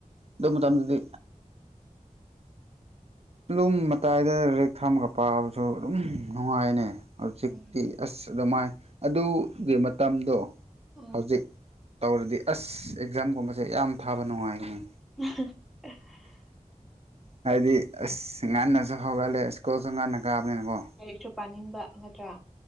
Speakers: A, on the right (about 50°); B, in the centre.
A: ꯑꯗꯨ
B: ꯑꯥ
A: ꯃꯇꯝꯗꯗꯤ ꯑꯗꯨꯝ ꯃꯇꯥꯏꯗ ꯔꯦꯛ ꯊꯝꯃꯒ ꯄꯥꯕꯁꯨ ꯑꯗꯨꯝ ꯅꯨꯡꯉꯥꯏꯅꯦ ꯍꯧꯖꯤꯛꯇꯤ
B: ꯎꯝ
A: ꯑꯁ ꯑꯗꯨꯃꯥꯏ ꯑꯗꯨꯒꯤ ꯃꯇꯝꯗꯣ
B: ꯎ
A: ꯍꯧꯖꯤꯛ ꯇꯧꯔꯗꯤ ꯑꯁ ꯑꯦꯛꯖꯥꯝꯒꯨꯝꯕꯁꯦ ꯌꯥꯝ ꯊꯥꯕ ꯅꯨꯡꯉꯥꯏꯕꯅꯤ
B: <unintelligible>
A: ꯍꯥꯏꯗꯤ ꯑꯁ ꯉꯥꯟꯁꯨ ꯍꯒꯂꯦ ꯑꯁ ꯀꯣꯁꯨ ꯉꯥꯟ ꯕꯅꯦ ꯅꯣ
B: ꯂꯥꯏꯔꯤꯛꯁꯨ ꯄꯥꯅꯤꯡꯕ ꯅꯠꯇ꯭ꯔꯥ